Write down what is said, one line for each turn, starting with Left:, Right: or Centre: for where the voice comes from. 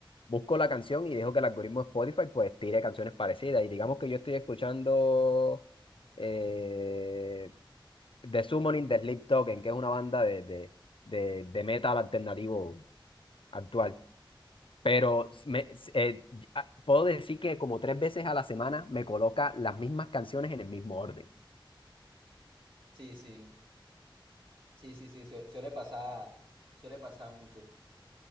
Left: busco la canción y dejo que el algoritmo de Spotify pues tire canciones parecidas. Y digamos que yo estoy escuchando eh, The Summoning de Sleep Token, que es una banda de, de, de, de metal alternativo actual. Pero me- eh, puedo decir que como tres veces a la semana me coloca las mismas canciones en el mismo orden.
Right: Sí, sí. Sí, sí, sí, sue- suele pasar, suele pasar mucho.